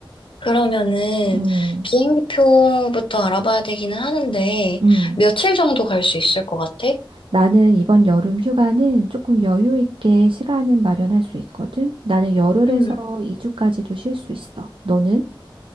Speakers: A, on the left; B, on the right.
A: 그러면은
B: 응,
A: 비행기표부터 알아봐야 되기는 하는데
B: 응.
A: 며칠 정도 갈 수 있을 것 같아?
B: 나는 이번 여름 휴가는 조금 여유 있게 시간은 마련할 수 있거든. 나는 열흘에서
A: 음.
B: 2주까지도 쉴 수 있어. 너는?